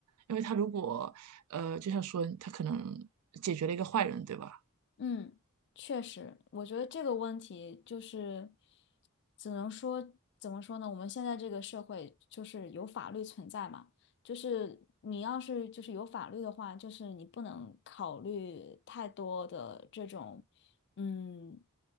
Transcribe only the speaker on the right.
因为他如果，呃，就像说他可能解决了一个坏人，对吧？